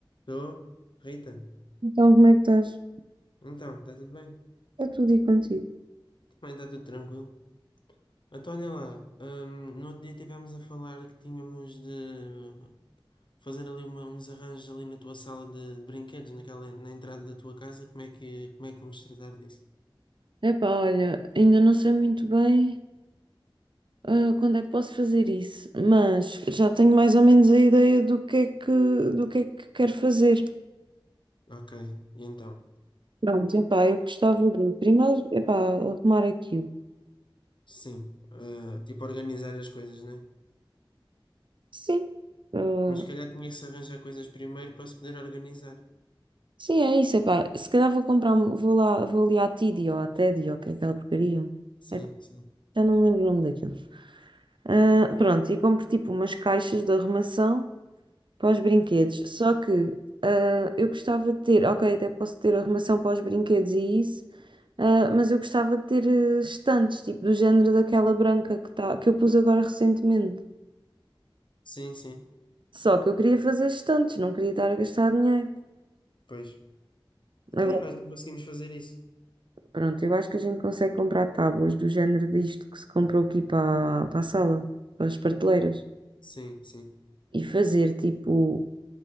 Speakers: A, on the left; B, on the right.
A: Tô. Rita,
B: Então, como é que estás?
A: então, está tudo bem?
B: Está tudo e contigo?
A: Também está tudo tranquilo. Então, olha lá, hum, no outro dia estivemos a falar que tínhamos de fazer ali uma- uns arranjos ali na tua sala de, de brinquedos, naquela, na entrada da tua casa. Como é que, como é que vamos tratar disso?
B: Epá, olha, ainda não sei muito bem ah, quando é que posso fazer isso, mas já tenho mais ou menos a ideia do que é que, do que é que quero fazer.
A: Ok, e então?
B: Pronto, epá, eu gostava de primeiro, epá, arrumar aquilo.
A: Sim, eh, tipo organizar as coisas, né?
B: Sim, ah,
A: Mas se calhar tinha que se arranjar coisas primeiro para se poder organizar.
B: sim, é isso, epá. Se calhar vou comprar, um- vou lá, vou ali à Tidy ou à Teddy ou o que é aquela porcaria.
A: Sim,
B: É,
A: sim.
B: já não me lembro o nome daquilo. Ah, pronto, e compro tipo umas caixas de arrumação. para os brinquedos. Só que ah, eu gostava de ter, ok, até posso ter arrumação para os brinquedos e isso, ah, mas eu gostava de ter eh, estantes, tipo do género daquela branca que, tá, que eu pus agora recentemente.
A: Sim, sim.
B: Só que eu queria fazer estantes, não queria estar a gastar dinheiro.
A: Pois. Então,
B: Agora,
A: e nós não conseguimos fazer isso?
B: pronto, eu acho que a gente consegue comprar tábuas do género disto que se comprou aqui para, para a sala, para as prateleiras.
A: Sim, sim.
B: E fazer tipo,